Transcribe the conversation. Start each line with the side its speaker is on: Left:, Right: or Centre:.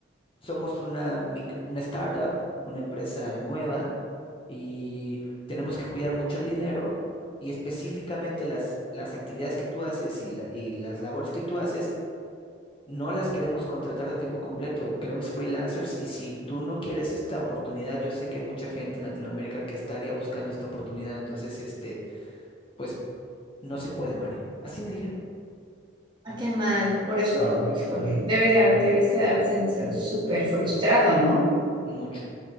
Left: somos una, mic- una startup, una empresa nueva, y tenemos que cuidar mucho el dinero y específicamente las, las actividades que tú haces y, la- y las labores que tú haces, no las queremos contratar de tiempo completo, queremos freelancers y si tú no quieres esta oportunidad, yo sé que hay mucha gente en Latinoamérica que estaría buscando esta oportunidad, entonces, este, pues no se puede, Mario. Así me dijeron,
Right: Ah, qué mal. Por eso, híjole, debe de, ha- debiste de haber sentido súper frustrado, ¿no?
Left: mucho.